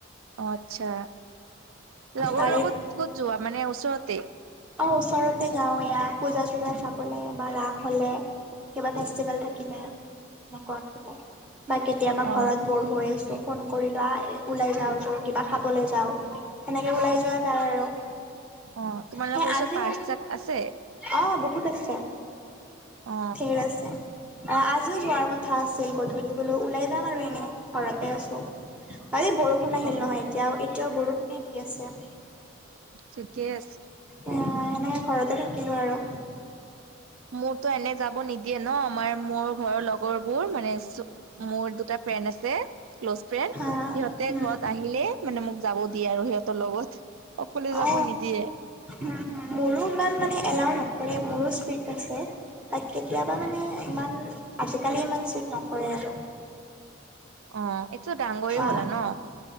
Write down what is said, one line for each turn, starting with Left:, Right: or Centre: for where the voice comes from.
Right: অ আচ্ছা লগৰ
Centre: তাৰে
Right: লগত ক'ত যোৱা? মানে ওচৰতে।
Centre: অ ওচৰতে যাওঁ। এয়া পূজা-চূজা চাবলে বা ৰাস হ'লে। কিবা ফেষ্টিভেল থাকিলে <unintelligible> বা কেতিয়াবা
Right: অ
Centre: ঘৰত বৰ হৈ আছো। ফোন কৰি লও আহ ওলাই যাওঁ য, কিবা খাবলৈ যাওঁ। সেনেকে ওলাই যোৱা যায় আৰু।
Right: অ, তোমালোকৰ
Centre: সেই আজিও
Right: ওচৰত পাৰ্ক-চাৰ্ক আছে?
Centre: অ বহুত আছে,
Right: অ
Centre: ঢেৰ আছে। অ আজিও যোৱাৰ কথা আছিল। গধূলি বোলো ওলাই যাম আৰু এনে ঘৰতে আছো। আজি বৰষুণ আহিল
Right: অ
Centre: নহয় এতিয়াও। এতিয়াও বৰষুণে দি আছে।
Right: ঠিকে আছে।
Centre: এইয়া এনে ঘৰতে থাকিলো আৰু।
Right: মোৰতো এনে যাব নিদিয়ে ন। মায়ে মোৰ ঘৰৰ লক লগৰবোৰ মানে মোৰ দুটা ফ্ৰেণ্ড আছে। ক্ল'জ ফ্ৰেণ্ড
Centre: হা
Right: সিহঁতে
Centre: উম
Right: ঘৰত আহিলে মানে মোক যাব দিয়ে আৰু সিহঁতৰ লগত। অকলে যাব
Centre: অ,
Right: নিদিয়ে।
Centre: মোৰো ইমান মানে এলাও নকৰে, মোৰো ষ্ট্ৰিক্ট আছে। বাট কেতিয়াবা মানে ইমান আজি-কালি ইমান চেক নকৰে আৰু।
Right: অ একটো ডাঙৰে
Centre: কোৱা
Right: হলা ন।